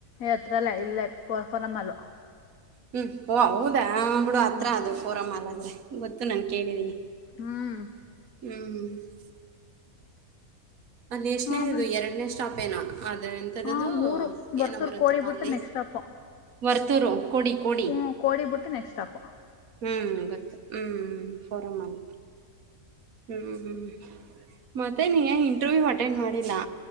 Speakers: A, on the left; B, on the right.
A: ಎ ಹತ್ರಲ್ಲೆ ಇಲ್ಲೆ ಪ ಪಫನ್ನ ಮಾಲು.
B: ಹ್ಮ ಹೊವಾ ಹೌದಾ. ಹಾ ಬಿಡು ಹತ್ರ
A: ಹ್ಮ್
B: ಅದು ಫೋರಮ್ ಮಾಲ್ಲಾದ್ರೆ. ಗೊತ್ತು ನಾನ್ ಕೇಳಿದ್ದೀನಿ.
A: ಹ್ಮ್.
B: ಅಹ್ಮ್. ಅದ್ನೆಷನೇಯದು
A: ಆಮೇಲೆ
B: ಎರಡನೇಸ್ಟಾಪ್. ಪೇನಾಕ್. ಅದೆ ಎಂಥದ
A: ಹ
B: ಅದು
A: ಮೂರು ವರ್ತೂರ್
B: ಏನೋ ಬರುತ್ತಪ್ಪಾ
A: ಕೋಡಿ ಬಿಟ್ಟು
B: ಅಲ್ಲಿ.
A: Next stop
B: Varthur. ಕೋಡಿ ಕೋಡಿ
A: ಹ್ಮ ಕೊಡಿ ಬುಟ್ಟು ನೆಕ್ಸ್ಟ್ ಸ್ಟಾಪು.
B: ಹೂಂ ಗೊತ್ತು ಹೂಂ ಫೋರಮ್ಲ್ ಹ್ಹೂ ಹ್ಹ ಮತ್ತೆ ನೀ ಇ ಎ. ಟುವ್ಯೂ ಅಟೆಂಡ್ ಮಾಡಿಲ್ಲಾ.